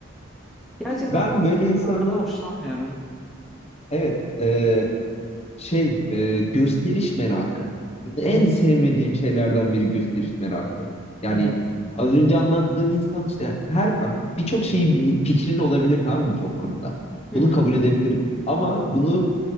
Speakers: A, in the centre; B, on the left (about 30°).
A: Gerçekten
B: Ben
A: bu tip
B: böyle
A: insanlardan
B: insanlar
A: hoşlanmıyorum.
B: evet e, şey e, gösteriş merakı. En
A: Evet,
B: sevmediğim şeylerden biri gösteriş merakı. Yani
A: evet.
B: az önce anlattığın insan işte her bak birçok şeyi bili- fikrin olabilir tamam mı birçok konuda.
A: Hı
B: Bunu
A: hı,
B: kabul edebilirim. Ama bunu